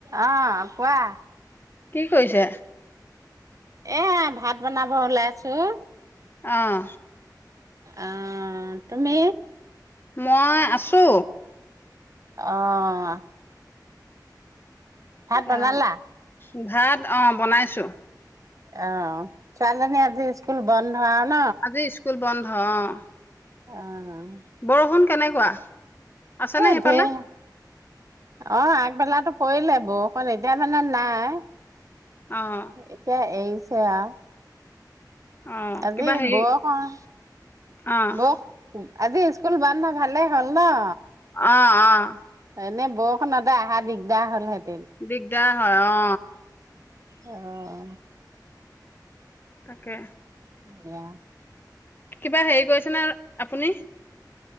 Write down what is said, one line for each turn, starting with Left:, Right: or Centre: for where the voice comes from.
Right: আহ, কোৱা।
Left: কি? কৈছে?
Right: এ, ভাত বনাব ওলাইছোঁ।
Left: আহ।
Right: অ', তুমি
Left: মই, আছো।
Right: অ', ভাত বনালা?
Left: আহ, ভাত অ বনাইছোঁ।
Right: অ', ছোৱালীজনী আজি স্কুল বন। ন-ন
Left: আজি স্কুল বন্ধ অ',
Right: অ',
Left: বৰষুণ কেনেকুৱা, ‌ আছেনে
Right: এই
Left: সেইফালে?
Right: ধেৰ অ', আগবেলাটো পৰিলে বৰষুণ, এতিয়া মানে নাই। এতিয়া
Left: অ'
Right: এৰি সেয়া,
Left: অ'
Right: আজি
Left: কিবা হেৰি
Right: বৰষুণ
Left: অ'
Right: বৰ আজি স্কুল বন্ধ, ভালে হ'ল ন?
Left: অ', অ',
Right: এনে বৰষুণতে অহা দিগদাৰ হ'ল সেই
Left: দিগদাৰ হয় অ
Right: অ অ
Left: তাকে।
Right: য়া
Left: কিবা হেৰি কৰিছেনে, আপুনি